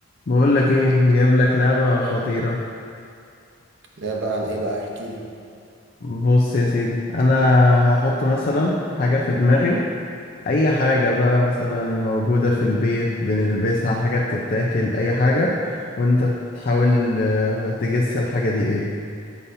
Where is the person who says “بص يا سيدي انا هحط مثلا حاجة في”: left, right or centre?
Left